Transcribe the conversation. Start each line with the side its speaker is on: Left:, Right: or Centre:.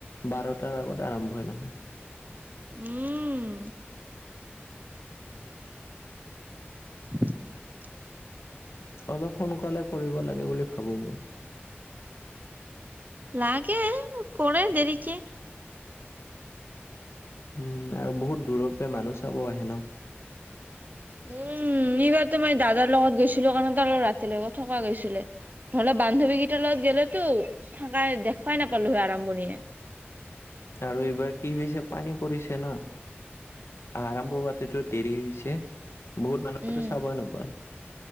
Left: বাৰটাৰ আগত আৰম্ভই নহয়।
Right: উম। <inaudible>
Left: অলপ সোনকালে কৰিব লাগে বুলি ভাবো।
Right: লাগে কৰে দেৰিকে
Left: উম আৰু বহুত দূৰৰ পৰা মানুহ চাব আহে ন'
Right: উম, এইবাৰ তো মই দাদাৰ লগত গৈছিলো কাৰণে তাৰ লগত ৰাতিলৈত থকা গৈছিলে, নহ'লে বান্ধৱী কেইটাৰ লগত গ'লেতো থাকাই দেখভাই নাপালোহি আৰম্ভণিয়ে
Left: আৰু এইবাৰ কি হৈছে পানী পৰিছে ন' আৰম্ভ হতেতো দেৰি হৈছে, বহুত মানুহো
Right: উম,
Left: চাবই নোপাৱা